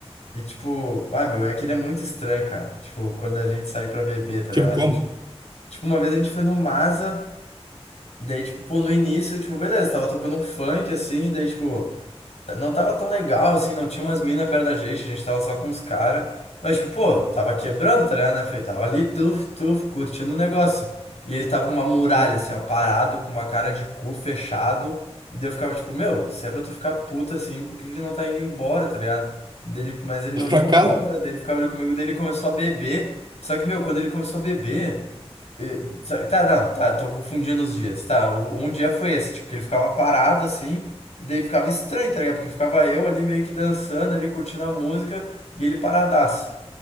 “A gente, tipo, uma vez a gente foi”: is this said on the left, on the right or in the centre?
Left